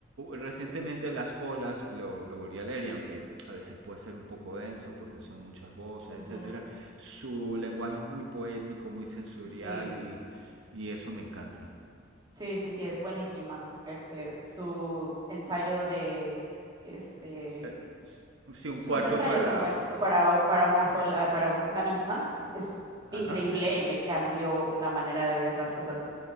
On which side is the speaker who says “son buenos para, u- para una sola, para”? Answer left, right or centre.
Right